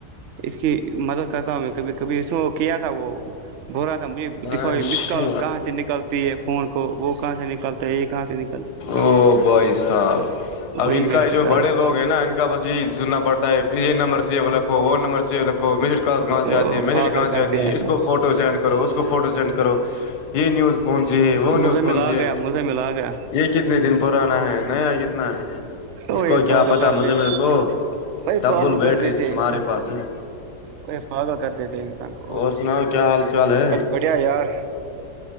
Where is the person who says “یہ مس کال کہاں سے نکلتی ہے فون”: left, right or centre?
Right